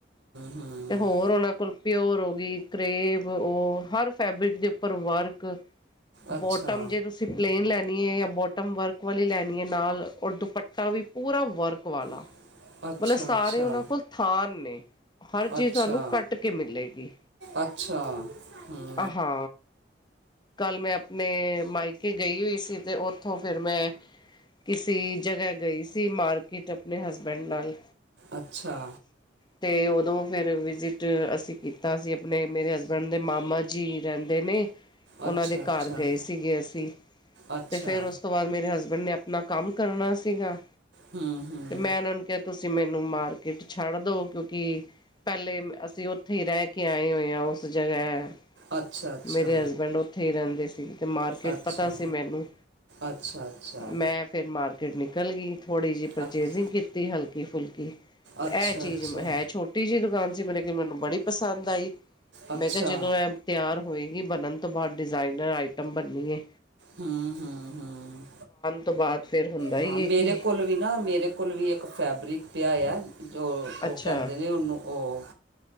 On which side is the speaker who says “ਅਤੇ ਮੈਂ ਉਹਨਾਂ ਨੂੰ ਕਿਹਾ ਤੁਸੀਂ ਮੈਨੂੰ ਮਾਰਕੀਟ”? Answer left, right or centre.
Left